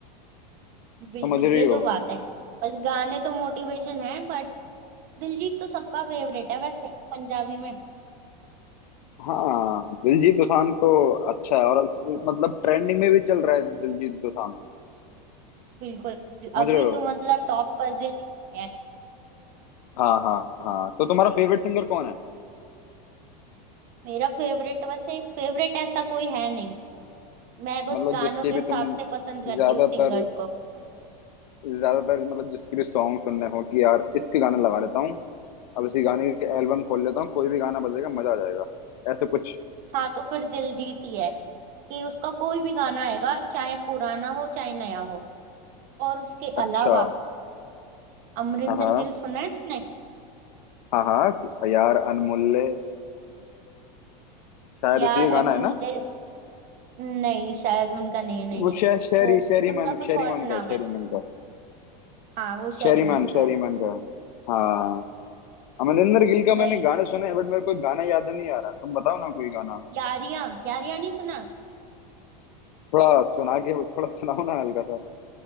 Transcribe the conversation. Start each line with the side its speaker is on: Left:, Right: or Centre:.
Right: बिल्कुल
Left: समझ
Right: ये
Left: रही हो
Right: तो बात है बस गाने तो मोटिवेशन है बट दिलजीत तो सबका फेवरेट है वैसे पंजाबी में
Left: हाँ दिलजीत दोसांझ तो अच्छा है और इस- मतलब ट्रेंडिंग में भी चल रहा है दिलजीत दोसांझ
Right: बिल्कुल
Left: समझ
Right: अभी
Left: रहे हो
Right: तो मतलब टॉप पर दिलजीत ही है
Left: हाँ हाँ हाँ तो तुम्हारा फेवरेट सिंगर कौन है
Right: मेरा फेवरेट वैसे फेवरेट ऐसा कोई है नहीं मैं बस
Left: मतलब
Right: गानों
Left: जिसके
Right: के
Left: भी
Right: हिसाब
Left: तुम
Right: से पसंद करती
Left: ज्यादातर
Right: हूँ सिंगर्स को
Left: ज्यादातर मतलब जिसके भी सॉन्ग सुनने हो कि यार इसके गाने लगा लेता हूँ अब इसी गाने की एल्बम खोल लेता हूँ कोई भी गाना बजेगा मजा आ जाएगा ऐसे कुछ
Right: हाँ तो फिर दिलजीत ही है कि उसका कोई भी गाना आएगा चाहे पुराना हो चाहे नया हो और उसके
Left: अच्छा
Right: अलावा अमरिंदर
Left: हाँ हाँ
Right: गिल सुना है तुमने
Left: हाँ हाँ यार अनमोल्ले शायद
Right: यार
Left: उसी का गाना
Right: अनमोल्य
Left: है ना
Right: नहीं शायद उनका नहीं है नहीं
Left: वो
Right: नहीं
Left: शह, शहरी
Right: वो
Left: शहरी
Right: उनका
Left: मान
Right: कुछ
Left: शहरी
Right: और
Left: मान का
Right: नाम
Left: है शहरी
Right: है
Left: मान का
Right: हाँ वो शेरी
Left: शहरी
Right: मान
Left: मान
Right: का
Left: शहरी
Right: है
Left: मान का हाँ अमरिंदर गिल का
Right: नहीं
Left: मैंने गाने सुने हैं बट मेरे को गाना याद नहीं आ रहा तुम बताओ ना कोई गाना
Right: यारियां यारियां नहीं सुना
Left: थोड़ा सुना के थोड़ा सुनाओ ना हल्का सा